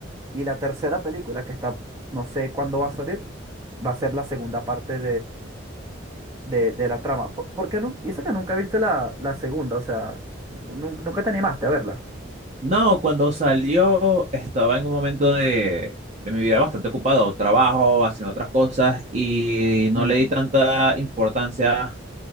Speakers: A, on the right; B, on the right.
A: y la tercera película, que está, no sé cuándo va a salir, va a ser la segunda parte de, de la trama. Po- ¿Por, qué nun- y eso que nunca viste la, la segunda, o sea, nun- nunca te animaste a verla.
B: No, cuando salió estaba en un momento de, de mi vida bastante ocupado, trabajo, haciendo otras cosas y
A: Mm,
B: no le di tanta importancia